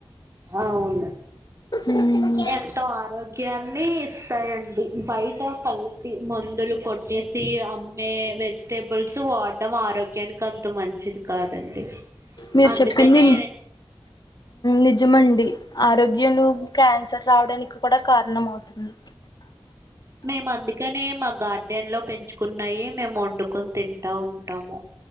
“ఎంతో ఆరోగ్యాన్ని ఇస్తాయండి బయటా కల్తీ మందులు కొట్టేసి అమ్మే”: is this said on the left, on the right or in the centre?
Right